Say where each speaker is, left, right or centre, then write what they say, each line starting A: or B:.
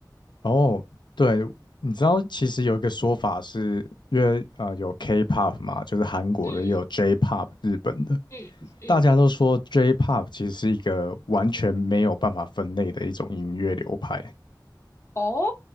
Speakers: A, on the left; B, on the left.
A: 哦，对，你知道其实有一个说法是，因为呃有 K-pop 嘛，就是韩国的，
B: 嗯
A: 也有 J-pop 日本的，
B: 嗯嗯，
A: 大家都说 J-pop 其实是一个完全没有办法分类的一种音乐流派，
B: 哦，